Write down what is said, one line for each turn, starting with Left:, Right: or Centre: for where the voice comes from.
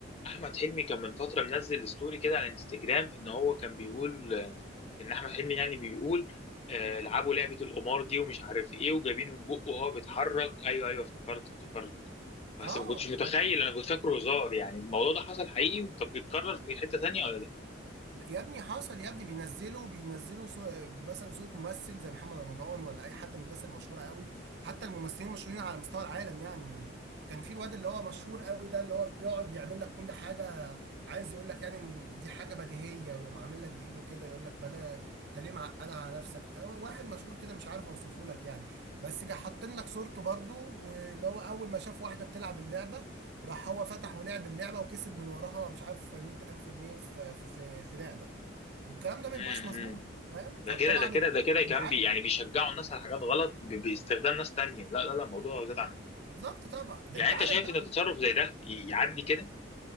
Left: احمد حلمي كان من فتره منزل ستوري كده على انستجرام ان هو كان بيقول آه، ان احمد حلمي يعني بيقول آه، لعبوا لعبه القمار دي ومش عارف ايه وجايبين من بقه وهو بيتحرك ايوه ايوه افتكرت افتكرت بس
Right: اه
Left: ما كنتش متخيل انا كنت فاكره هزار يعني الموضوع ده حصل حقيقي طب بيتكرر في حته تانيه ولا لا؟
Right: يا ابني حصل يا ابني بينزلوا بينزلوا سو... مثلا صورة ممثل زي محمد رمضان ولا اي حد من الناس المشهورة قوي حتى الممثلين المشهورين على مستوى العالم يعني كان في الواد اللي هو مشهور قوي ده اللي هو بيقعد يعمل لك كل حاجة عايز يقول لك يعني ان دي حاجة بديهية ويقوم عامل لك بايده كده يقول لك بلا انت ليه معقد على نفسك هو واحد مشهور كده مش عارف اوصفه لك يعني بس جه حاطين لك صورته برضو واللي هو اول ما شاف واحدة بتلعب اللعبة راح هو فتح ولعب اللعبه وكسب من وراها مش عارف 100000 جنيه في في في, في لعبه والكلام ده ما
Left: امم
Right: بيبقاش مظبوط فاهم فطبعا
Left: ده كده ده كده ده كده يا
Right: العيال
Left: كمان بي
Right: بت-
Left: يعني بيشجعوا الناس على حاجات غلط ب- باستخدام ناس تانية لا لا لا الموضوع زاد عن حد
Right: بالظبط طبعا ده
Left: يعني
Right: انت
Left: انت
Right: عارف
Left: شايف
Right: بقى
Left: ان تصرف زي ده ي- يعدي كده